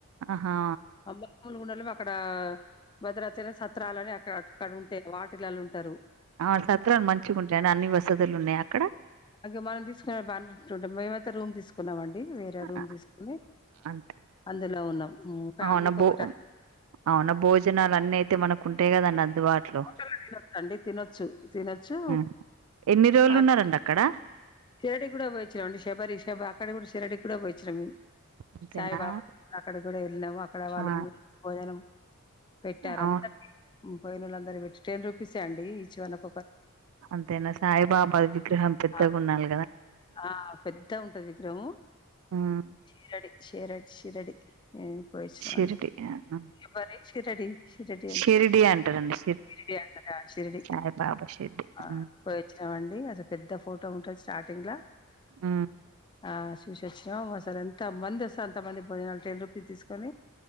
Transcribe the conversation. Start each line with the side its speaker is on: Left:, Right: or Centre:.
Right: ఆహా
Left: అబ మూలిగుండలమి అక్కడ భద్రాచలం సత్రాల అని అక్కడ అటికాడ ఉంటే వాటిలళు ఉంటారు
Right: ఆ సత్రాలు మంచిగా ఉంటాయండి అన్ని వసతులు ఉన్నాయి అక్కడ
Left: అలాగే మనం తీసుకునే బాగా నిట్టుండే మేమైతే రూమ్ తీసుకున్నాం అండి. డి వేరే రూమ్
Right: ఆ!
Left: తీసుకుని
Right: అంతే
Left: అందులో ఉన్నాం మ్ ఫ్యామిలీకి
Right: అవునా బో
Left: ఒకటన్
Right: అవునా భోజనాలు అన్ని అయితే మనకు ఉంటాయి కదాన్న అందుబాటులో
Left: హోటల్లో తినొచ్చండి తినొచ్చు తినొచ్చు
Right: ఆ! ఎన్ని రోజులు
Left: అట్లా
Right: ఉన్నారండి అక్కడ
Left: శిరిడి కూడా పోయిచ్చినామ్ అండి శషబరిషబ అక్కడ కూడా శిరిడికి కూడా పోయిచ్చినాము మేము
Right: అంతేనా
Left: సాయిబాబాతో అక్కడ కూడా వెళ్ళినాము అక్కడ వాళ్ళ
Right: ఆ
Left: భోజనం పెట్టారు
Right: అవును
Left: అందరి పోయినోళ్లు అందరి పెట్ టెన్ రూపీసె అండి ఇ చివనమ్
Right: అంతేనా సాయిబాబా విగ్రహం పెద్దగా
Left: ఆ
Right: ఉండాల
Left: ఆ పెద్ద ఉంటది విగ్రహము
Right: హ్మ్.
Left: షిరడి షిరడి షిరడి ఇ పోయిచ్చినవండి
Right: షిరిడి ఆహా!
Left: శబరి శిరిడి శిరిడి అంటున్నాను.
Right: షిరిడి అంటారండి
Left: షిరిడి అంటద షిరిడి
Right: సాయిబాబా షిరిడి
Left: ఆ
Right: హ్మ్.
Left: పోయి వచ్చినామండి అసలు పెద్ద ఫోటో లో ఉంటది స్టార్టింగ్లా
Right: హ్మ్.
Left: ఆ చూసి వొచ్చినా సారి ఎంత మంది వస్తారు అంతమంది పో నాకు టెన్ రూపీస్ తీసుకొని